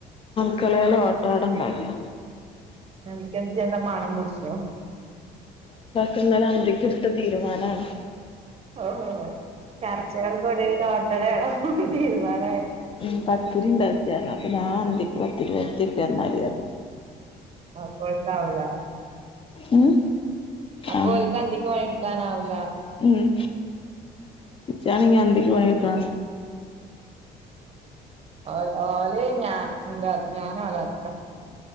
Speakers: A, on the left (about 35°); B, on the right (about 35°).
A: ക്കളയില ഓട്ടാട് ഉണ്ടാക്കുക
B: എനക്ക് എന്ത് ചന്താ മണം പിൊടിച്ചോ
A: കന്നല്ലതി കതിടുത്ത തീരുമാനമാണ്
B: ഓ ചർച്ചകൾക്കൂടി തോട്ടടയാണ തീരുമാനം
A: ഉ പത്തിരി ഇണ്ടാക്കത്തിരണം അപ്പൊ ന ത്തി വത്തിക്ക എന്നാലായിരുന്നു
B: ആഹ കൊഴപ്പാവില്ല
A: ഉം
B: അപ്പൊ
A: ആഹ്
B: ഒക്ക് എന്തൊക്കും പണി എടുക്കാനാവില്ല
A: ഉം ഇച്ചാ നങ്ങ അന്നക്കി വണിയടുക്കണ
B: ആ ഓ ഓല ഞാൻ ഇന്താ ഞാന വലത്ത